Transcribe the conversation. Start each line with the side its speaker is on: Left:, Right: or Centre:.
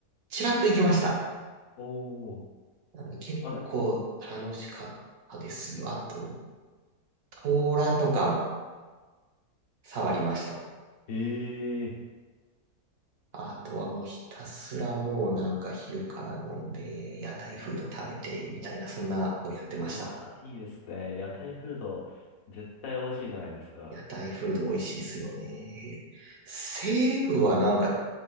Right: ちらっと行きました。
Left: おおー、
Right: なので結構楽しかったですよ。
Left: あれ、
Right: あと、トーラとかも触りました。
Left: ええ
Right: あとはもうひたすらもうなんか昼から飲んで、屋台フード食べて、みたいな、そんなのやってました。
Left: ー、うわー、いいですね。屋台フード、絶対美味しいじゃないですか。
Right: 屋台フード美味しいですよね。西部はなんか、